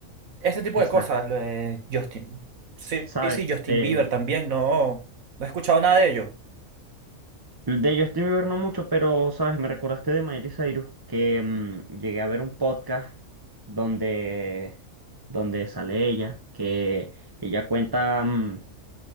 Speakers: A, on the right; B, on the right.
A: ese tipo
B: exacto,
A: de cosas, lo de Justin. Sí,
B: ¿sabes?
A: sí, sí, Justin
B: Te,
A: Bieber también, no, no he escuchado nada de ellos.
B: De Justin Bieber no mucho, pero, ¿sabes? Me recordaste de Miley Cyrus, que mm, llegué a ver un podcast donde, donde sale ella, que ella cuenta mm,